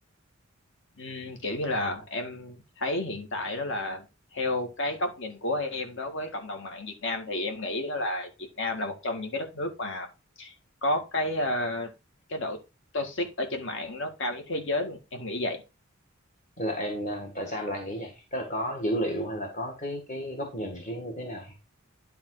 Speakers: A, on the left; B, on the left.
A: Ừm, kiểu như là em thấy hiện tại đó là theo cái góc nhìn của em đối với cộng đồng mạng Việt Nam thì em nghĩ đó là Việt Nam là một trong những cái đất nước mà có cái ờ, cái độ toxic ở trên mạng nó cao nhất thế giới luôn em nghĩ vậy
B: hay là em à, tại sao em lại nghĩ vậy tức là có dữ liệu hay là có cái cái góc nhìn cái như thế nào